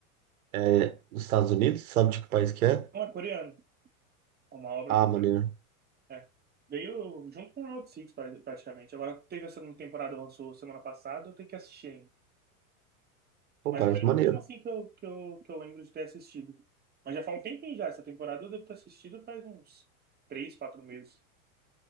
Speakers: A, on the right (about 80°); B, on the right (about 20°).
A: é, é nos Estados Unidos? Sabe de que país que é?
B: Não é coreano, é uma obra
A: Ah,
B: coreana.
A: maneiro.
B: É. Veio junto com o Round Six pra- praticamente. Agora teve a segunda temporada, lançou semana passada, eu tenho que assistir ainda.
A: Pô,
B: Mas
A: parece
B: foi a
A: maneiro.
B: última assim que eu, que eu, que eu lembro de ter assistido. Mas já faz um tempinho já, essa temporada eu devo ter assistido faz uns três, quatro meses.